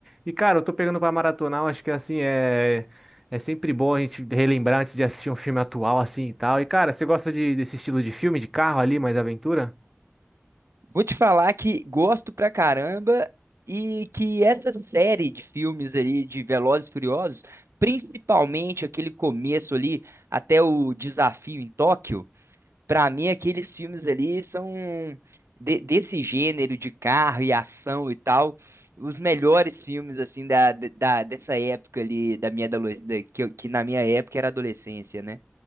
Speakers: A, in the centre; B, on the right.
A: E cara, eu tô pegando pra maratonar, eu acho que assim é é sempre bom a gente relembrar antes de assistir um filme atual assim e tal. E cara, você gosta de- desse estilo de filme de carro ali, mais aventura?
B: Vou te falar que gosto pra caramba e que essa série de filmes ali de Velozes e Furiosos, principalmente aquele começo ali até o desafio em Tóquio, pra mim aqueles filmes ali são de- desse gênero de carro e ação e tal, os melhores filmes assim da, da dessa época ali da minha adolescência, que, eu- que na minha época era adolescência, né?